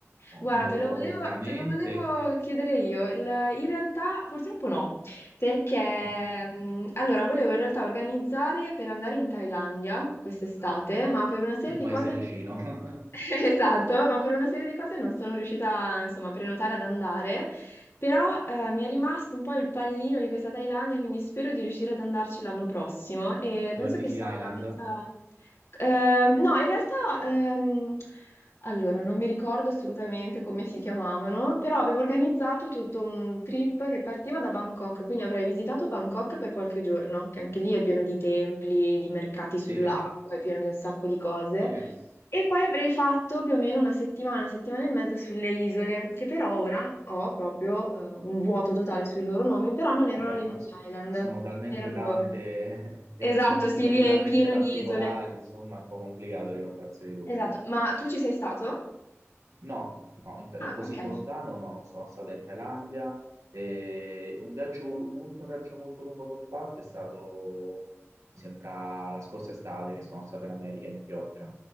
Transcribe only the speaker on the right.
o
in Europa
ultimamente,
Ah,
un
paese
vicino, <laughs>
dove
Fiji
Island?
Sì,
sì,
vabbè,
lo so.
sono
talmente
tante
<laughs> e
con
nomi
talmente
particolari,
insomma, è un po' complicato ricordarseli tutti.
No, no, in Tha-
così
lontano no, non sono stato in Thailandia. E un viaggio, un ultimo viaggio molto lungo che ho fatto è stato, mi sembra, la scorsa estate che sono stato in America, a New York.